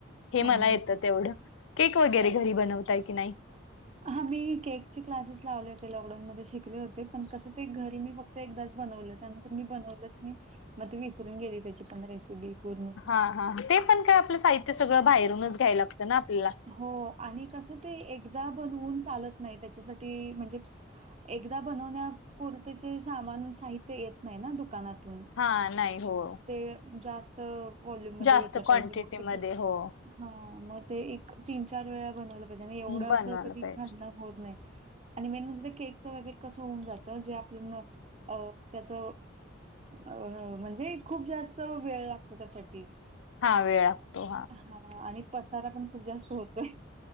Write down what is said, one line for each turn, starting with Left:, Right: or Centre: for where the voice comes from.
Left: हे
Right: हां,
Left: मला
Right: हां.
Left: येत तेवढं केक वगैरे घरी बनवताय की नाही.
Right: हा मी केकचे क्लासेस लावले होते लॉकडाऊनमध्ये-ध्ये शिकले होते पण कसं ते घरी मी फक्त एकदाच बनवलं त्यांना मी बनवलंच नाही मग त विसरून गेली त्याची पण रेसिपी पूर्ण.
Left: हा हा ते पण काय आपलं साहित्य सगळं बाहेरूनच घ्यायला लागतं ना आपल्याला
Right: हो आणि कसं ते एकदा बनवून चालत नाही त्याच्यासाठी म्हणजे एकदा बनवण्यापुरतचे सामान साहित्य येत नाही ना दुकानातून
Left: हा नाही हो.
Right: ते जास्त वोल्युम मध्ये
Left: जास्त
Right: घेतलं
Left: क्वांटिटी
Right: पाहिजे मग ते
Left: मध्ये
Right: कसं
Left: हो
Right: ते एक तीन चार वेळा बनवलं पाहिजे आणि एवढं
Left: बनवायला
Right: असं तरी
Left: पाहिजे
Right: खाना होत नाही आणि मेन म्हणजे ते केकच वगैरे कस होऊन जात जे आपलं त्याच अ म्हणजे खूप जास्त वेळ लागतो त्यासाठी
Left: हा वेळ लागतो
Right: हा आणि पसारा पण खूप जास्त होतोय